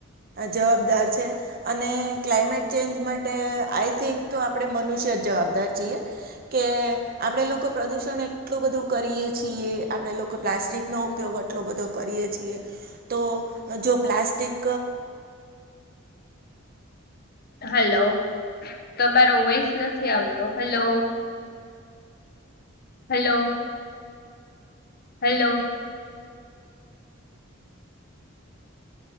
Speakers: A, on the right; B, on the left.
A: જવાબદાર છે અને ક્લાઇમેટ ચેન્જ માટે આઈ થિંક તો આપણેે મનુષ્ય જ જવાબદારીએ કે આપણે લોકો પ્રદુષણ એટલું બધું કરીએ છીએ આપણે લોકો પ્લાસ્ટિક નો ઉપયોગ આટલો બધો કરીએ છીએ તો જો પ્લાસ્ટિક
B: હલો તમારો વોઇસ નથી આવતો hello hello hello